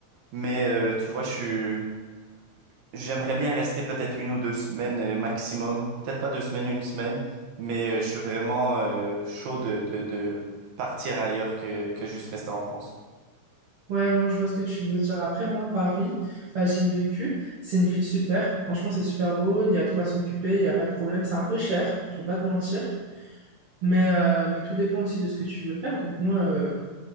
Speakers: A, on the right (about 75°); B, on the right (about 50°).
A: mais euh, tu vois, je suis... j'aimerais bien rester peut-être une ou deux semaines euh, maximum. Peut-être pas deux semaines, une semaine, mais euh, je suis vraiment euh, chaud de, de, de partir ailleurs que, que juste rester en France.
B: Ouais, non, je vois ce que tu veux dire. Après, moi, Paris, bah, j'y ai vécu. C'est une ville super. Franchement, c'est super beau. Il y a de quoi s'occuper. Il n'y a pas de problème. C'est un peu cher. Je vais pas te mentir. Mais, euh, mais tout dépend aussi de ce que tu veux faire. Donc, moi, euh,